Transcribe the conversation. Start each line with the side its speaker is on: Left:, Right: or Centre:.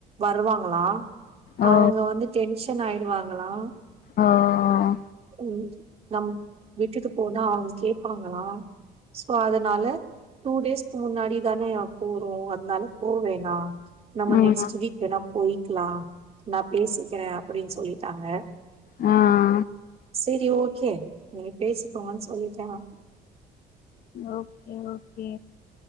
Right: வருவாங்களா
Left: ஓ
Right: அவுங்க வந்து டென்ஷன் ஆய்டுவாங்களா
Left: ஒ ஓ
Right: ம் நம் விட்டுட்டு போனா அவ்ங் கேப்பாங்களா சோ அதனால டூ டேஸ்க்கு முன்னாடி தானே போறோ அதனால போவேணா நம்ம
Left: ம்
Right: நெக்ஸ்ட் வீக் வேணா போய்க்கலா நா பேசிக்கிறே அப்டின் சொல்லிட்டாங்க
Left: ஆ
Right: செரி ஓக்கே நீங்க பேசிக்கோங்கன் சொல்லிட்டே நா
Left: ஓகே ஓகே